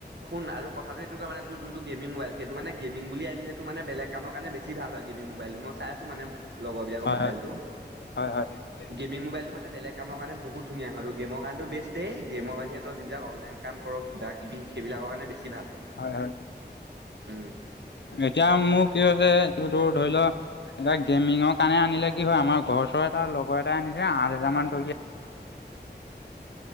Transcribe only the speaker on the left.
হয় হয় হয়
হয় হয়।
এতিয়া মোৰ কি হৈছে, তোৰ তো ধৰি ল এতিয়া গেমিঙৰ কাৰণে আনিলে কি হয়, আমাৰ ঘৰ ওচৰ এটা লগৰ এটাই আনিছে আঠ-হাজাৰ মান টকীয়া।